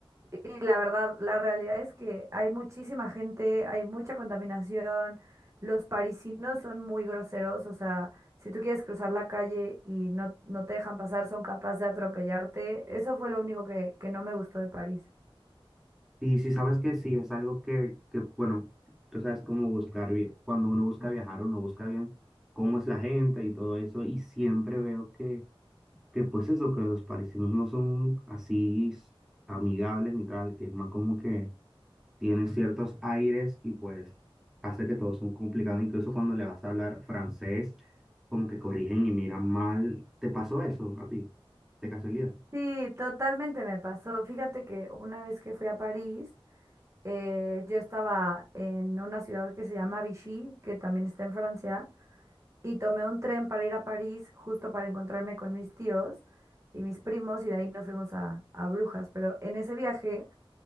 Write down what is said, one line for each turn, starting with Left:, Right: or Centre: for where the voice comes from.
Right: Y la verdad, la realidad es que hay muchísima gente, hay mucha contaminación, los parisinos son muy groseros, o sea, si tú quieres cruzar la calle y no, no te dejan pasar, son capaces de atropellarte. Eso fue lo único que, que no me gustó de París.
Centre: Y si sabes que sí, es algo que, que bueno, tú sabes cómo buscar bien. Cuando uno busca viajar, uno busca bien cómo es la gente y todo eso. Y siempre veo que que pues eso, que los parisinos no son así s- amigables ni tal, que es más como que tienen ciertos aires y pues hace que todo son complicado, incluso cuando le vas a hablar francés, como que corrigen y miran mal. ¿Te pasó eso a ti? De casualidad.
Right: Sí, totalmente me pasó. Fíjate que una vez que fui a París, eh, yo estaba en una ciudad que se llama Vichy, que también está en Francia. y tomé un tren para ir a París justo para encontrarme con mis tíos y mis primos y de ahí nos fuimos a, a Brujas. Pero en ese viaje